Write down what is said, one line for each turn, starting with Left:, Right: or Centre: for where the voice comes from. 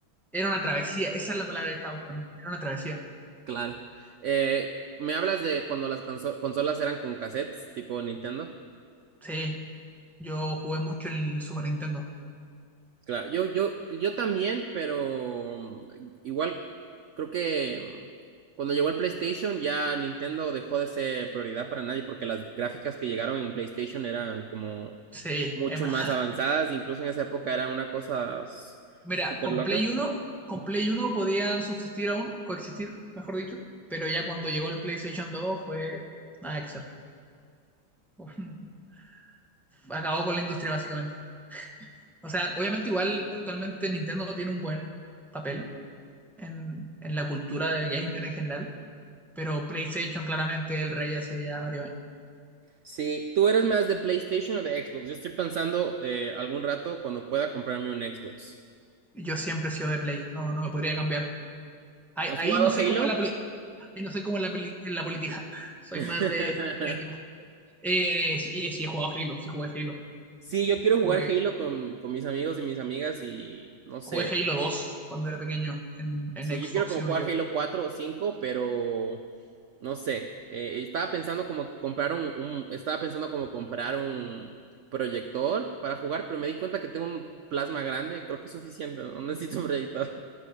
Centre: Era una travesía, esa es la palabra que estaba buscando. Era una travesía.
Right: <laughs> claro. Eh, me hablas de cuando las conso- consolas eran con cassettes, tipo Nintendo.
Centre: Sí, yo jugué mucho el Super Nintendo.
Right: Claro, yo, yo, yo también, pero mm, igual creo que mm, cuando llegó el PlayStation ya Nintendo dejó de ser prioridad para nadie porque las gráficas que llegaron en PlayStation eran como
Centre: Sí,
Right: mucho
Centre: es verdad.
Right: más avanzadas, incluso en esa época era una cosa s-
Centre: Mira,
Right: súper
Centre: con
Right: loca.
Centre: Play uno con Play uno podían subsistir aún, coexistir, mejor dicho, pero ya cuando llegó el PlayStation 2 fue nada que hacer. <laughs> Acabó con la industria básicamente. O sea, obviamente igual actualmente Nintendo tiene un buen papel en, en la cultura del gamer en general, pero PlayStation claramente es el rey hace ya varios años.
Right: Sí, ¿tú eres más de PlayStation o de Xbox? Yo estoy pensando eh, algún rato cuando pueda comprarme un Xbox.
Centre: Yo siempre he sido de Play, no, no me podría cambiar. Ahí,
Right: ¿Has
Centre: ahí
Right: jugado
Centre: no soy
Right: Halo?
Centre: como en la, poli- ahí no soy como en la, peli- en la política, <laughs> soy
Right: <laughs>
Centre: más de, de un equipo. Eh, sí, sí he jugado Halo, sí jugué Halo.
Right: Sí, yo quiero
Centre: Jugué,
Right: jugar Halo con, con mis amigos y mis amigas y no
Centre: jugué
Right: sé.
Centre: Halo 2 cuando era pequeño en, en
Right: Sí, yo
Centre: Xbox,
Right: quiero como
Centre: si no
Right: jugar
Centre: yo
Right: Halo 4 o 5 pero no sé. Eh, estaba pensando como comprar un, un- estaba pensando como comprar un proyector para jugar, pero me di cuenta que tengo un plasma grande y creo que es suficiente, no <laughs> necesito un proyector.